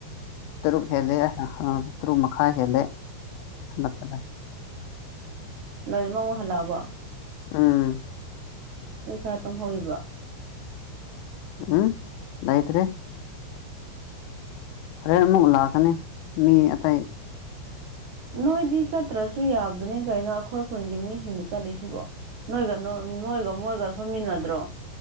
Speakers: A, on the left (about 80°); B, on the right (about 85°).
A: ꯇꯔꯨꯛ ꯍꯦꯜꯂꯦ ꯇꯔꯨꯛ ꯃꯈꯥꯏ ꯍꯦꯜꯂꯦ ꯍꯜꯂꯛꯄꯗ
B: ꯂꯣꯏꯃꯨꯛ ꯍꯜꯂꯛꯑꯕꯣ
A: ꯎꯝ
B: ꯅꯣꯏ ꯈꯔ ꯇꯨꯝꯍꯧꯔꯤꯕ꯭ꯔꯣ
A: ꯎꯝ ꯂꯩꯇ꯭ꯔꯦ ꯍꯣꯔꯦꯟ ꯑꯃꯨꯛ ꯂꯛꯀꯅꯤ ꯃꯤ ꯑꯇꯩ
B: ꯅꯣꯏꯗꯤ ꯆꯠꯇ꯭ꯔꯁꯨ ꯌꯥꯕꯅꯤ ꯀꯩꯅꯣ ꯑꯩꯈꯣꯏ ꯈꯨꯜꯒꯤ ꯃꯤꯁꯤꯡꯗ ꯆꯠꯂꯤꯁꯤꯕꯣ ꯅꯣꯏꯒ ꯅꯣꯏꯒ ꯃꯣꯏꯒ ꯐꯝꯃꯤꯟꯅꯗ꯭ꯔꯣ